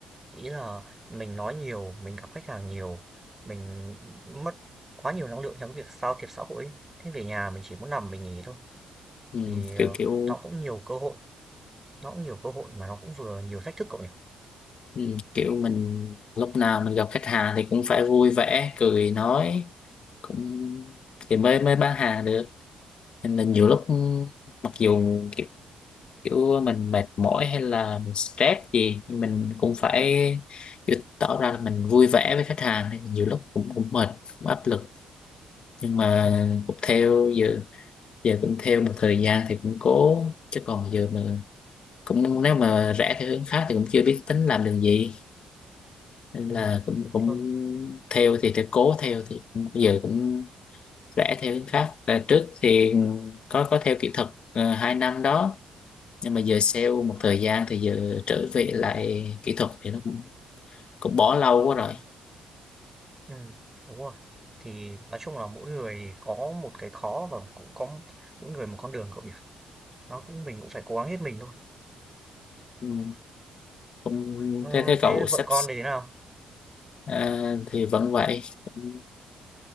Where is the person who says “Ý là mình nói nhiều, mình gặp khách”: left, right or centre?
Right